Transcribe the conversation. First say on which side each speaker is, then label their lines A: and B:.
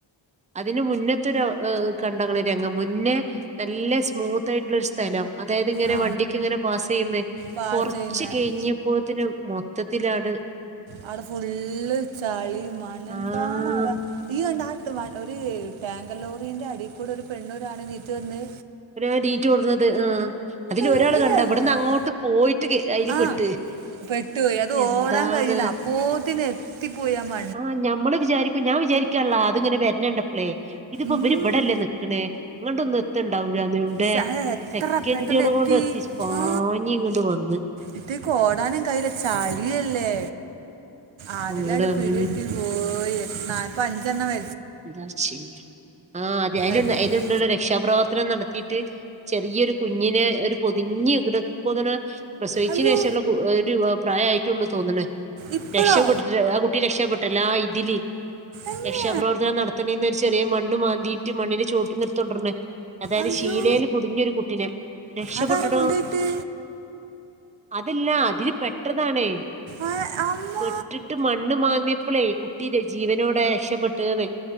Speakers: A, on the right; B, on the right.
A: അതിന് മുന്നത്തൊരു കണ്ടങ്ങള് രംഗം മുന്നേ നല്ല സ്മൂത്ത് ആയിട്ടുള്ളൊരു സ്ഥലം അതായത് ഇങ്ങനെ
B: ആ
A: വണ്ടിക്ക് ഇങ്ങനെ പാസ് ചെയ്യുന്നേ
B: പാസ്
A: കൊറച്ച്
B: ചെയ്യുന്ന
A: കഴിഞ്ഞപ്പോത്തിന് മൊത്തത്തിലങ്ങട്ട്
B: അവിടെ ഫുള്ള് ചളീം മണ്ണും എന്താണ്
A: ആഹ്
B: അവിടെ ഈ കണ്ട ആ ഒരു ടാങ്കർ ലോറിന്റെ അടിയിൽ കൂടെ ഒരു പെണ്ണും ഒരാണും എണീറ്റു വന്നെ
A: ഓർ എനീറ്റ് ഓടുന്നത് ആഹ് അതിൽ ഒരാൾ
B: എന്തൊരു
A: കണ്ട
B: അത്ഭുതം
A: അവിടന്ന് അങ്ങോട്ട് പോയിട്ട് അതിൽ
B: ആ
A: പെട്ട്
B: പെട്ടുപോയി അത്
A: എന്താണ്
B: ഓടാൻ കഴിഞ്ഞില്ല അപ്പോത്തിന് എത്തി പോയി മ
A: ആഹ് ഞമ്മള് വിചാരിക്കും ഞാൻ വിചാരിക്കാള്ളാ അത് ഇങ്ങനെ വരേണ്ടപ്പളേ ഇതിപ്പോ
B: ഉം
A: ഇവരി ഇവിടെല്ലേ നിക്കണ് എ ഇങ്ങോട്ടൊന്നും എത്തണ്ടാവൂലാന്ന് എവിടെ
B: ശ്ശെ, അത് എത്ര
A: സെക്കൻഡുകൾ
B: പെട്ടെന്ന്
A: കൊണ്ട് എത്തി പാഞ്ഞ്
B: ആ
A: ഇങ്ങട്ട് വന്ന്
B: ഇത്തേക്ക് ഓടാനും കയ്യുല ചാ ടല്ലേ ആതിലടി
A: ഫുള്ള്
B: പിടി
A: ഉം
B: കിട്ടി പോയിപ്പ അഞ്ചെണ്ണം വ
A: എന്താപ്പൊ ചെയ്യ ആഹ് അതെ അയിൽണ്ട്
B: എന്താ
A: അയിൽണ്ട് രക്ഷാപ്രവർത്തനം നടത്ത ത്തിട്ട് ചെറിയൊരു കുഞ്ഞിനെ ഒരു പൊതിഞ്ഞ് കിടക്കന പ്രസവിച്ചന്
B: അയ്യോ
A: ശേഷള്ള ഒരു പ്രായമായിട്ടുള്ളു തോന്നണ്
B: ഇപ്പോഴോ
A: രക്ഷപ്പെടുത്തിട്ട് ആ കു കുട്ടി രക്ഷപ്പെട്ട്ല്ല ആ ഇതില്
B: എന്നെ
A: രക്ഷാപ്രവർ എത്തണീന്ന ചെറിയ മണ്ണ് മാന്തിയിട്ട് മണ്ണിന്റെ ചുവട്ടിൽ എട്ത്തോണ്ടരണേ അതായത്
B: അയ്യോ
A: ഷീലേല് പൊതിഞ്ഞൊരു കുട്ടിനെ രക്ഷപെട്ടടോ
B: അതാരാ കൊണ്ടുപോയിട്ട്
A: അതില്ലാ അതിൽ പെട്ടതാണ്
B: ഏഹ് അമ്മോ
A: പെട്ടിട്ട് മണ്ണ് മാന്തിയപ്പോളേ കുട്ടിയുടെ ജീവനോടെ രക്ഷപ്പെട്ടു പ